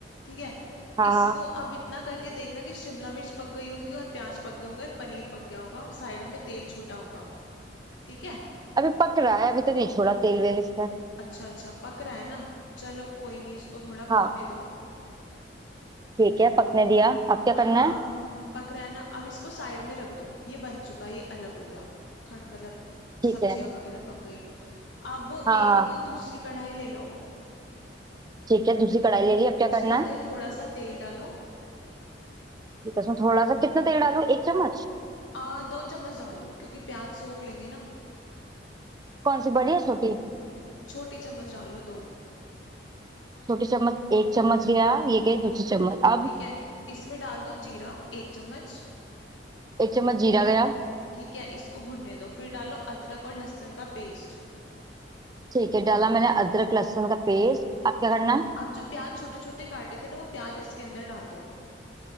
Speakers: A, on the left; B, on the right.
A: ठीक है
B: हाँ
A: इसको
B: हाँ
A: अब इतना करके देखना कि शिमला मिर्च पक गई होगी और प्याज पक गए होंगे और पनीर पक गया होगा और साइडों में तेल छूटा होगा ठीक है
B: अभी पक रहा है अभी तो नहीं छोड़ा तेल वेल इसमें
A: अच्छा अच्छा पक रहा है ना चलो कोई नहीं इसको थोड़ा
B: हाँ
A: पकने दो
B: ठीक है पकने दिया अब क्या
A: हाँ
B: करना है
A: पक रहा है ना अब इसको साइड में रख दो ये बन चुका है ये अलग हो गया ख- मतलब
B: ठीक
A: सब्जियां
B: है
A: वगैरह पक गई अब
B: हाँ
A: एक
B: हाँ
A: दूसरी कढ़ाई ले लो
B: ठीक है दूसरी कढ़ाई ले ली अब क्या
A: उसके
B: करना
A: अंदर
B: है
A: थोड़ा सा तेल डालो
B: ठीक है उसमें थोड़ा सा कितना तेल डालूं एक चम्मच
A: आ दो चम्मच डाल लो क्योंकि प्याज सोख लेंगे ना
B: कौन सी बड़ी है छोटी
A: छोटी चम्मच डाल लो दो
B: छोटी चम्मच एक चम्मच गया ये गई दूसरी चम्मच अब
A: ठीक है इसमें डाल दो जीरा एक चम्मच
B: एक चम्मच जीरा गया
A: ठीक है इसको भुनने दो फिर डालो अदरक और लहसुन का पेस्ट
B: ठीक है डाला मैंने अदरक लहसुन का पेस्ट अब क्या
A: ठीक।
B: करना है
A: आप जो प्याज छोटे छोटे काटे थे ना वो प्याज इसके अंदर डाल दो